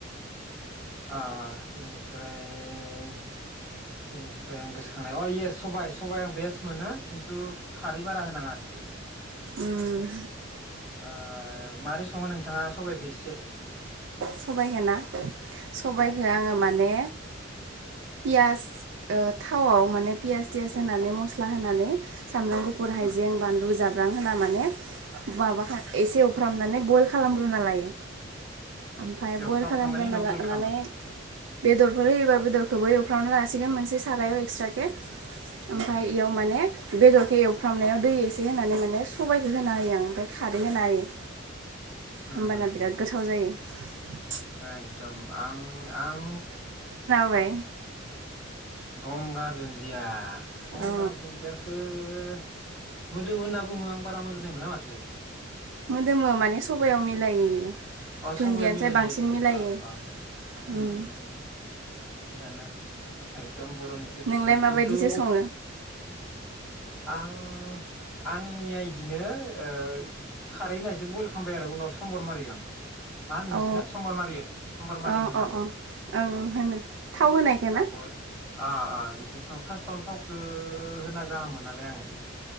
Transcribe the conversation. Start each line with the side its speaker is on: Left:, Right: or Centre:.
Centre: आ इनिफ्राय बेनिफ्राय आं गोसोखांनाय अ इयेस सबाइ सबाइ आं बेस्ट मोनो किन्तु खारै बारा होनाङा आरोखि आ
Right: उम
Centre: आ मारै सङो नोंथाङा सबायखो इस से
Right: सबायाइखो ना सबबायखो
Centre: औ
Right: आङो माने पियास ओ थावआव माने पियास तियास होनानै मस्ला होनानै सामब्राम गुफुर हाइजें
Centre: उम
Right: बानलु जाब बिबां होना माने माबाखा एसे एवफ्रामनानै बइल खालामग्रोना लायो ओमफ्राय
Centre: एवफ्रामखांनायनि
Right: बइल खालामग्रोना
Centre: उनाव
Right: लानानै
Centre: बयल खालामो
Right: बेदरफोर होयोबा बेदरखौबो एवफ्रावना लासिगोन मोनसे सारायाव एक्सट्राके ओमफ्राय
Centre: उम
Right: इयाव माने बेदरखो एवफ्रामनायाव दै एसे होनानै माने सबायखो होना हायो आं ओमफ्राय खारै होना होयो।
Centre: <unintelligible>
Right: होमबाना <unintelligible>
Centre: एकदम आं आं
Right: माने
Centre: गंगार धोनदिया गंगार
Right: औ
Centre: धोनदियाखो ओह मोदोमो होनना बुङो आं बारा मोदोमनाय मोना माथो‌
Right: मोदोमो माने सबायाव मिलायो।
Centre: अ
Right: दुन्दियानोसै
Centre: सबाय मिलायो
Right: बांसिन
Centre: इयेस इयेस
Right: मिलायो
Centre: अह अह होम
Right: उम
Centre: होम थिगानो एकदम बर'नि ट्रेडिसनेल
Right: नोंलाय माबायदिथो
Centre: किन्तु
Right: सङो
Centre: आं आंनिया बिदिनो खारै होननायसो बयल खालामबाय आरो उनाव सम्बर मारियो आं मा होनो नोंसोरना
Right: औ
Centre: सम्बर मारियो सम्बर मारियो
Right: अ
Centre: होनो
Right: अ
Centre: ना
Right: अ ओं होनो थाव होनायखो ना
Centre: बयल अ अ बेख सम फास्टावनो थावखौ होना गाहाम मोनालै आङो